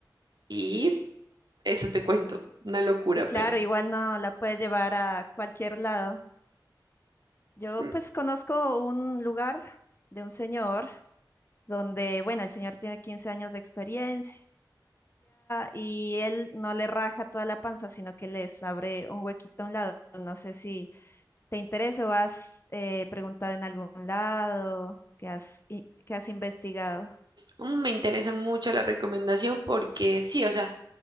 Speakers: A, on the right; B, on the left.
A: y eso te cuento, una locura,
B: sí, claro,
A: pero
B: igual no la puedes llevar a cualquier lado. Yo
A: mm,
B: pues conozco un lugar de un señor donde, bueno, el señor tiene 15 años de experiencia y él no le raja toda la panza, sino que les abre un huequito a un lado. No sé si ¿Te interesa o has eh, preguntado en algún lado? que has, i- qué has investigado?
A: mm, me interesa mucho la recomendación porque sí, o sea,